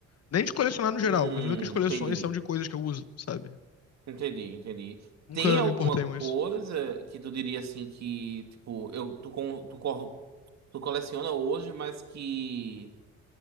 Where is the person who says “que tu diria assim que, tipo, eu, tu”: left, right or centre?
Right